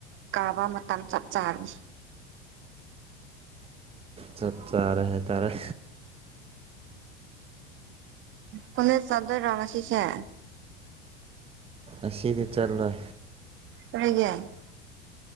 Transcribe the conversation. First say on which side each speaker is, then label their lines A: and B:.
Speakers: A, on the right; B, on the right.
A: ꯀꯥꯕ ꯃꯇꯝ ꯆꯞ ꯆꯥꯅꯤ
B: ꯆꯠ ꯆꯥꯔꯦ ꯍꯥꯏ ꯇꯥꯔꯦ
A: ꯀꯣꯂꯦꯖ ꯆꯠꯗꯣꯔꯥ ꯉꯥꯁꯤꯁꯦ
B: ꯑꯁꯤꯗꯤ ꯆꯠꯂꯣꯏ
A: <unintelligible>